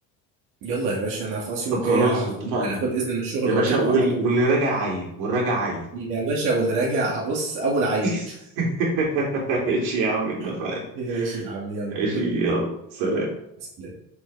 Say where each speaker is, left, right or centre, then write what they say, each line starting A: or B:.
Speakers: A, on the right (about 55°); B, on the right (about 80°).
A: يلا يا باشا أنا خلاص يوم
B: طب
A: الجاي
B: خلاص
A: هف-
B: اتفقنا
A: ممكن آخد إذن من الشغل
B: يا
A: وأجيلكوا
B: باشا وال-
A: على طول
B: واللي راجع عايل والراجع عايل
A: يا باشا واللي راجع بص أول عيل
B: <laughs> ماشي يا عم اتفقنا
A: <laughs> ماشي يا عم يلا
B: ماشي يلا سلام
A: <laughs>